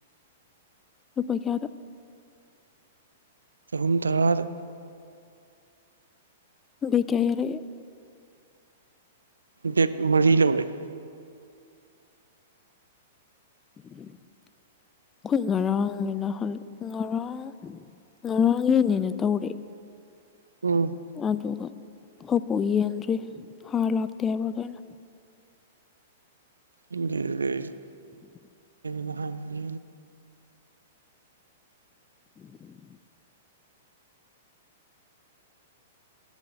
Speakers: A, on the left; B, on the right.
A: ꯂꯨꯄꯥ ꯀꯌꯥꯗ
B: ꯆꯍꯨꯝ ꯇꯔꯥꯗ
A: ꯕꯤ ꯀꯌꯥ ꯌꯥꯔꯦ
B: ꯕꯦꯛ ꯃꯔꯤ ꯂꯧꯔꯦ
A: <inaudible> ꯑꯩꯈꯣꯏ ꯉꯔꯥꯡꯅꯦꯅ ꯍ ꯉꯔꯥꯡ ꯉꯔꯥꯡ ꯌꯦꯟꯅꯦꯅ ꯇꯧꯔꯑꯦ
B: ꯎꯝ
A: ꯑꯗꯨꯒ ꯍꯧꯛꯐꯥꯎ ꯌꯦꯟꯗ꯭ꯔꯤ ꯍꯥꯔ ꯂꯥꯛꯇꯦ ꯍꯥꯏꯕ꯭ꯔꯥꯈꯩꯅ
B: ꯋꯦ
A: ꯎ
B: ꯃꯍ ꯃꯅꯤ
A: <unintelligible>